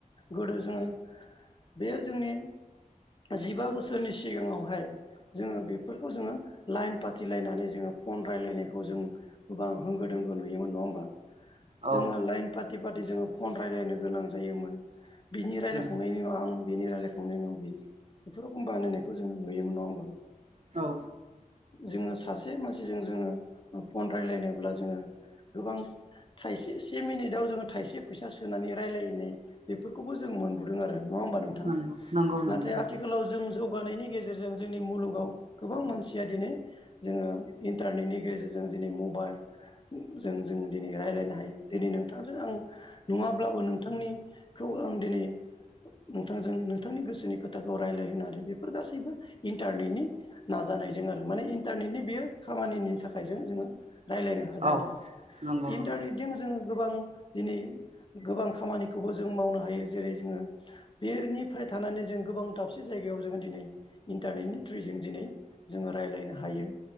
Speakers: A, on the left (about 35°); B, on the right (about 50°).
A: गोदो जोङो बेयो जोंनि जिबा बोसोर सोरनि सिगाङावहाय जोङो बेफोरखौ जोङो लाइन फाथिलायनानै जोङो फन रायज्लायनायखौ जों गोबां होंगो दोंगो नुयोम नङा होमबा
B: औ
A: जोङो लाइन पार्टि पार्टि जोङो फन रायज्लायनो गोनां जायोमोन बिनि रायलायखांनायनिाव
B: नंगौ
A: आं बिनि रायलायखांनायनि उाव बि एखम बानायनायखौ जों नङ होनोमबा
B: औ
A: जोङो सासे मानसिजों जोङो फन राय्लायनोब्ला जोङो गोबां थाइसे से मिनिटआव जोङो थाइसे फैसा सोनानै रायजलायनाय बेफोरखौबो जों मोनबोदों आरो नङा हबा नोंथां
B: नंगौ नंगौ नंगौ
A: ना आथिालाव
B: नंगौ
A: जों जौगानायनि गेजेरजों जोंनि मुलुगाव गोबां मानसिया दिनै जोङो इन्टारनेटनि गेजेरजों दिनै मबाइल जों जो दिनै रायज्लायनो हायो दिनै नोंथांजों आं नङाब्लाबो नोंथांनिखौबो आं दिनै नोंथांजों नोंथांनि गोसोनि खोथाखौ रायज्लाय होनोनो ह आरो बेफोर गासैबो इन्टारनेटनि नाजानायजों आरो माने इन्टारनेटनि बेयो खामानिनि थाखाय ज जोङो राय्लायनो हादों
B: औ
A: आरो
B: नंगौ
A: इन्टारनेटजों
B: नंगौ
A: जों गोबां दिनै गोबां खामानिखौबो जों मावनो हायो जेरै जोङो बेनिफ्राय थानानै जों गोबां थाब मोनसे जायगायाव जोङो दिनै इन्टारनेटनि थ्रुय जजों दिनै जोङो रायज्लायनो हायो